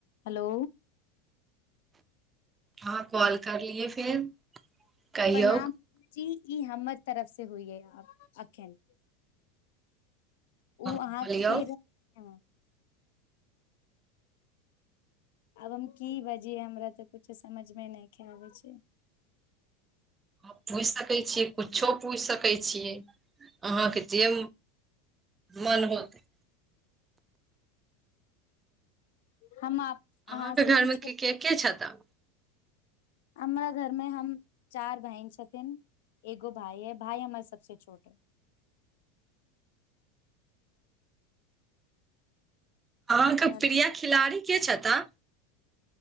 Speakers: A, on the left; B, on the right.
A: Hello
B: हँ call करलियए फेर। कहियौ
A: प्रणाम जी ई हमर तरफ से होइ यै अखन।
B: अहाँ
A: ओ
B: बोलियौ
A: अहाँके बेर रहल आब हम की बजियै हमरा तऽकछो समझमे नहि ख आबै छै।
B: ह पूछि सकै छियै किछो पूछि सकै छियै। अहाँके छिय मन होतै
A: हम
B: अहाँके
A: अहाँ
B: घरमे
A: से पूछिय
B: के के छता।
A: हमरा घर मे हम चार बहिन छथिन एगो भाय है भााय हमर सबसे छोट है।
B: हँ एक
A: और
B: प्रिय खिलाड़ी के छता।